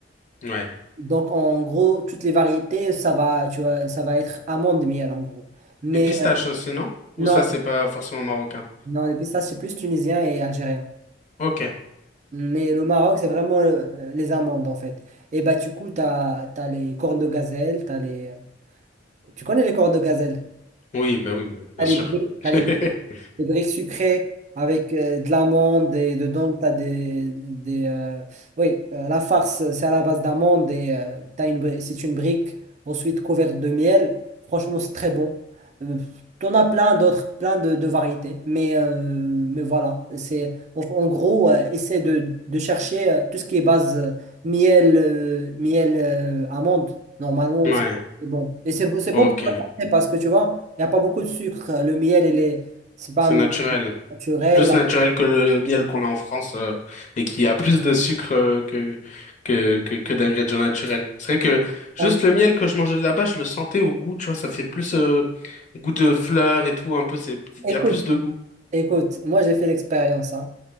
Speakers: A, on the left (about 40°); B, on the right (about 40°).
A: Ouais.
B: Donc, en gros, toutes les variétés, ça va, tu vois, ça va être amande-miel, en gros. Mais
A: Et pistache
B: euh,
A: aussi, non?
B: non,
A: Ou ça c'est pas forcément marocain?
B: non, les pistaches, c'est plus tunisien et algérien.
A: Ok.
B: Mais le Maroc, c'est vraiment euh, les amandes, en fait. Et bah, du coup, tu as, les cornes de gazelle, t'as les... euh, Tu connais les cornes de gazelle?
A: Oui, bah oui, bien
B: T'as les
A: sûr.
B: briques, t'as
A: <laughs>
B: les briques, les briques sucrées avec euh, de l'amande et dedans t'as des, des euh, oui euh, la farce c'est à la base d'amande et euh, t'as une bri- c'est une brique ensuite couverte de miel. Franchement c'est très bon. Euh, t'en as plein d'autres plein de, de variétés mais euh, mais voilà c'est en, en gros euh, essaie de, de chercher euh, tout ce qui est base euh, miel euh, miel euh, amande normalement
A: Ouais.
B: ça, c'est bon et c'est c'est
A: Ok.
B: bon pour la santé parce que tu vois il n'y a pas beaucoup de sucre. Le miel, il est, c'est pas
A: C'est naturel.
B: naturel.
A: plus naturel que le miel qu'on a en France euh, et qui a plus de sucre euh, que que que, que d'ingrédients naturels. C'est vrai que juste
B: hein.
A: le miel que je mangeais là-bas, je le sentais au goût, tu vois, ça fait plus euh, goût de fleurs et tout, un peu, c'est il
B: Écoute,
A: y a plus de goût.
B: écoute, moi j'ai fait l'expérience. hein.